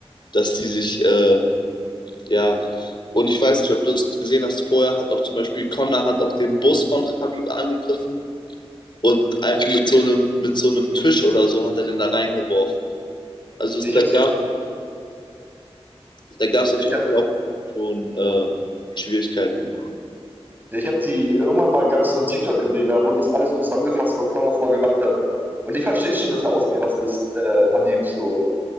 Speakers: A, on the left (about 50°); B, on the right (about 20°).
A: dass die sich, äh, ja, und ich weiß nicht, ob du es gesehen hast, vorher hat auch zum Beispiel Connor hat auch den Bus von Khabib angegriffen und einfach mit so einem, mit so einem Tisch oder so hat er den da reingeworfen. Also es,
B: Ja, Ich
A: da
B: habe
A: gab,
B: die,
A: es da gab es
B: ich
A: auf jeden
B: hab,
A: Fall auch schon äh, Schwierigkeiten.
B: ja, ich hab die irgendwann mal, glaube ich, so einen TikTok gesehen, da wurde das alles so zusammengefasst, was Conor vorher gemacht hat. Und ich verstehe schon, dass er ausgerastet ist, äh, Habib, so.